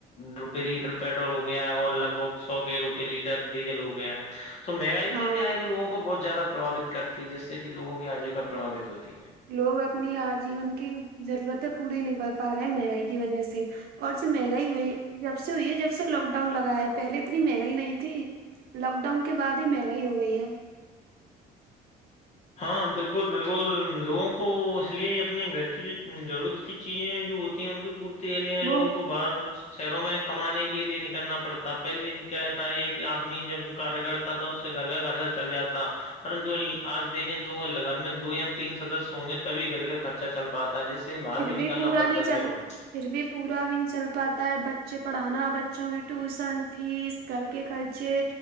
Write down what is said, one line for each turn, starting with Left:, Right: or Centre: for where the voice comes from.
Left: روپئے لیٹر پیٹرول ہو گیا ہے اور لگ بھگ سو کے روپئے لیٹر ڈیزل ہو گیا ہے تو مہنگائی
Right: ہاں
Left: سے کیا ہے کہ لوگوں کو بہت زیادہ پرباوت کرتی ہے جس سے کہ لوگوں کی آجیوکا پرباوت ہوتی ہے
Right: لوگ اپنی آجیون کی ضرورتیں پوری نہیں کر پا رہے ہیں مہنگائی کی وجہ سے اور جو مہنگائی ہوئی جب سے ہوئی ہے جب سے لاک ڈاؤن لگا ہے پہلے اتنی مہنگائی نہیں تھی لاک ڈاؤن کے بعد ہی منگائی ہو گئی ہے
Left: ہاں بالکل بالکل لوگوں کو اس لیے اپنے گھر کی جو ضرورت کی چیزیں جو ہوتی ہیں ان کی پورتی کے لی ہیں لووں
Right: وہ
Left: کو باہر شہروں میں کمانے کے لیے نکلنا پڑتا پہلے کیا تھا ایک آدمی جب کارگر تھا اس سے گھر کا خرچہ چل جاتا پرنتو آج دیکیں تو ل گن میں دو یا تین سدسیہ ہوں گے تبھی گھر کا خرچہ چل پاتا جس سے باہر
Right: پھر
Left: بھی نکلنا
Right: پورا
Left: پڑتا
Right: نہیں
Left: ہے
Right: چل
Left: شیروں کا
Right: پھر بھی پورا دن چل پاتا ہے بچے پڑھانا بچوں کی ٹیوشن فیس کر کے خرچے